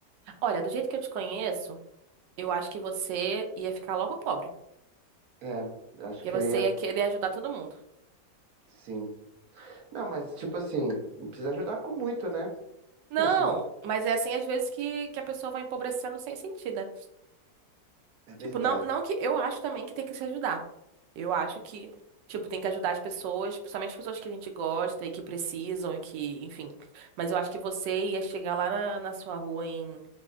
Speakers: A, on the right; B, on the right.
A: Olha, do jeito que eu te conheço, eu acho que você ia ficar logo pobre.
B: É, acho
A: Porque
B: que
A: você
B: eu ia,
A: ia querer ajudar todo mundo.
B: sim. Não, mas tipo assim, não precisa ajudar com muito, né?
A: Não,
B: Pô, sim,
A: mas é assim às vezes que, que a pessoa vai empobrecendo sem sentido, né?
B: é verdade.
A: Tipo, não, não que eu acho também que tem que se ajudar. Eu acho que, tipo, tem que ajudar as pessoas, principalmente as pessoas que a gente gosta e que precisam e que, enfim. Mas eu acho que você ia chegar lá na, na sua rua em,